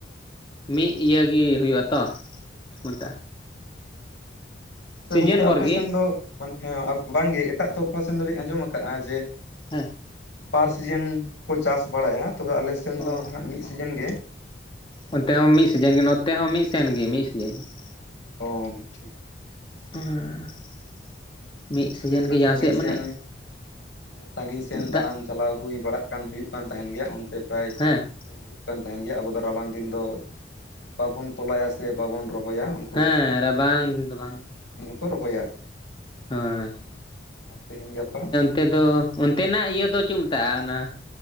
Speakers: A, on the left; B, on the left.
A: ᱢᱤᱫ ᱤᱭᱟᱹ ᱜᱮ ᱦᱩᱭᱩᱜᱼᱟ ᱛᱚ, ᱢᱮᱴᱟᱜ
B: ᱟᱪᱪᱷᱟ
A: ᱥᱤᱡᱮᱱ
B: ᱜᱚᱝᱠᱮ
A: ᱵᱷᱳᱨ
B: ᱟᱯᱮ
A: ᱜᱮ
B: ᱥᱮᱱ ᱫᱚ ᱦᱮᱸ ᱵᱟᱝᱜᱮ ᱮᱴᱟᱜ ᱛᱚᱨᱯᱷᱟ ᱥᱮᱱ ᱫᱚᱞᱤᱧ ᱟᱸᱡᱚᱢ ᱟᱠᱟᱜᱼᱟ ᱡᱮ
A: ᱦᱮᱸ ᱾
B: ᱵᱟᱨ ᱥᱤᱡᱤᱱ ᱠᱚ ᱪᱟᱥ ᱵᱟᱲᱟᱭᱟ ᱾ ᱛᱚᱵᱮ ᱟᱞᱮ ᱥᱮᱱ
A: ᱚᱻ,
B: ᱫᱚ ᱱᱟᱦᱟᱜ ᱢᱤᱫ ᱥᱤᱡᱤᱱ ᱜᱮ
A: ᱚᱱᱛᱮ ᱦᱚᱸ ᱢᱤᱫ ᱥᱤᱡᱮᱱ ᱜᱮ, ᱱᱚᱛᱮ ᱦᱚᱸ ᱢᱤᱫ ᱥᱮᱱ ᱜᱮ ᱢᱤᱫ ᱥᱤᱡᱮᱱ ᱜᱮ ᱾
B: ᱚ, ᱴᱷᱤᱠ ᱾
A: ᱦᱮᱸ ᱾ ᱢᱤᱫ ᱥᱤᱡᱮᱱ
B: ᱢᱟᱱᱮ ᱦᱟᱱᱟ
A: ᱜᱮ ᱡᱟᱦᱟᱸ
B: ᱥᱟᱺᱜᱤᱧ
A: ᱥᱮᱫ ᱢᱟᱱᱮ
B: ᱥᱮᱱ ᱥᱟᱺᱜᱤᱧ ᱥᱮᱱ ᱫᱟᱬᱟᱱ
A: ᱫᱟᱜ
B: ᱪᱟᱞᱟᱣ ᱦᱩᱭ ᱵᱟᱲᱟᱜ ᱠᱟᱱ ᱦᱩᱭᱩᱜ ᱠᱟᱱ ᱛᱟᱦᱮᱱ ᱜᱮᱭᱟ ᱚᱱᱛᱮ ᱯᱨᱟᱭ
A: ᱦᱮᱸ
B: ᱧᱮᱞ ᱦᱩᱭᱩᱜ ᱠᱟᱱ ᱛᱟᱦᱮᱱ ᱜᱮᱭᱟ, ᱟᱵᱚ ᱫᱚ ᱨᱟᱵᱟᱝ ᱫᱤᱱ ᱫᱚ ᱵᱟᱵᱚᱱ ᱛᱚᱞᱟᱭᱟ ᱥᱮ ᱵᱟᱵᱚᱱ ᱨᱚᱦᱚᱭᱟ ᱾
A: ᱦᱮᱸ, ᱨᱟᱵᱟᱝ ᱫᱤᱱ ᱫᱚ ᱵᱟᱝ ᱾
B: ᱠᱚ ᱨᱚᱦᱚᱭᱟ ᱾
A: ᱦᱮᱸ ᱾
B: ᱟᱨ ᱛᱮᱦᱮᱧ ᱜᱟᱯᱟ
A: ᱚᱱᱛᱮ ᱫᱚ ᱚᱱᱛᱮᱱᱟᱜ ᱤᱭᱟᱹ ᱫᱚ ᱪᱮᱫ ᱠᱚ ᱢᱮᱛᱟᱜᱼᱟ ᱚᱱᱟ